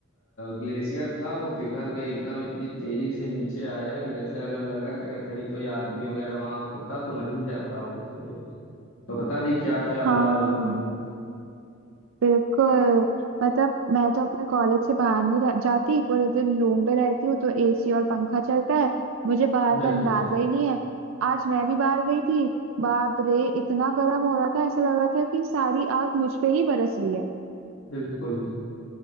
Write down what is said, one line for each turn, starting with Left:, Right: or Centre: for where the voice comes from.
Left: ग्लेशियर था वो पिघल के एकदम इतनी तेजी से नीचे आया कि जैसे अगर लगा कि अगर कहीं कोई आदमी वगैरह वहां होता तो मर ही जाता हो उसी पे। तो पता नहीं क्या क्या हो
Right: हाँ
Left: रहा है दुनिया में
Right: बिल्कुल मतलब मैं तो अपने कॉलेज से बाहर नहीं रह, जाती पूरे दिन रूम पे रहती हूँ तो एसी और पंखा चलता है मुझे बाहर
Left: बिल्कुल
Right: का अंदाजा ही नहीं है आज मैं भी बाहर गई थी बाप रे इतना गर्म हो रहा था ऐसा लग रहा था कि सारी आग मुझ पे ही बरस रही है
Left: बिल्कुल